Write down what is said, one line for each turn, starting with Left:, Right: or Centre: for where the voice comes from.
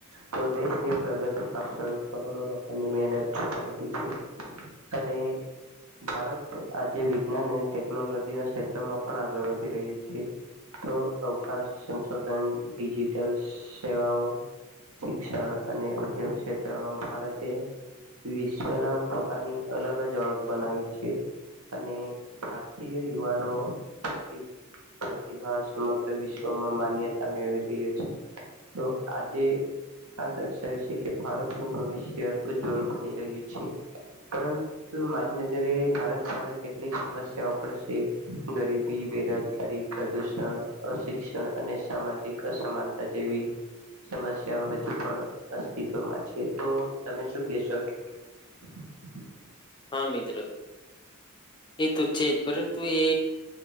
Right: તો દેશની પ્રગતિ પા છળ કરોડો લોકોની મહેનત છપાયલી છે, અને ભારત આજે વિજ્ઞાન અને ટેકનોલોજીના ક્ષેત્રમાં પણ આગળ વધી રહ્યું છે. તો અવકાશ, સંશોધન, ડિજિટલ સેવાઓ, શિક્ષણ અને ઉદ્યોગ ક્ષેત્રમાં ભારતે વિ શ્રવના પોતાની અલગ જ ઓળખ બનાવી છે. અને ભારતીય યુવાનો પ્રતિ પ્રતિભા સમગ્ર વિશ્વમાં માન્યતા મેળવી રહ્યો છે. તો આજે આ દર્શાવે છે કે ભારતનું ભવિષ્ય ઉજ્જવળ બની રહ્યું છે. પરંતુ મારી નજરે ભારત સામે કેટલીક સમસ્યાઓ પણ છે, ગરીબી, બેરોજગારી, પ્રદૂષણ, શિક્ષણ અને સામાજિક અસમાનતા જેવી સમસ્યાઓ હજુ પણ અસ્તિત્વમાં છે, તો તમે શું કેશો? <unintelligible>
Left: મિત્રો એ તો છે જ પરંતુ એ